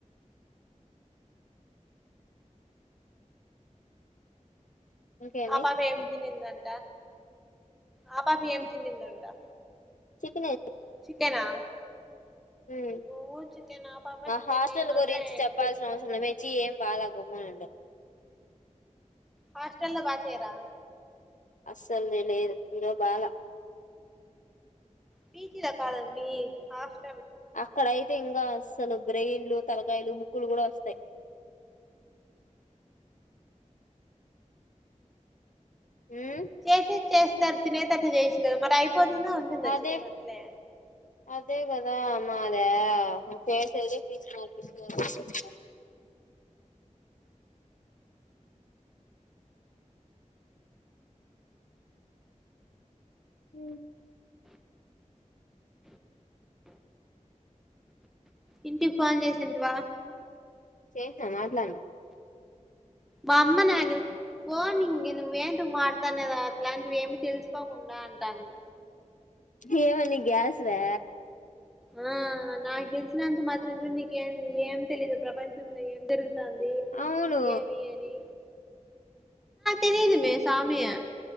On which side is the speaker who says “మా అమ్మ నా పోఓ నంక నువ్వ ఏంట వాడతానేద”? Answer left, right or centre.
Centre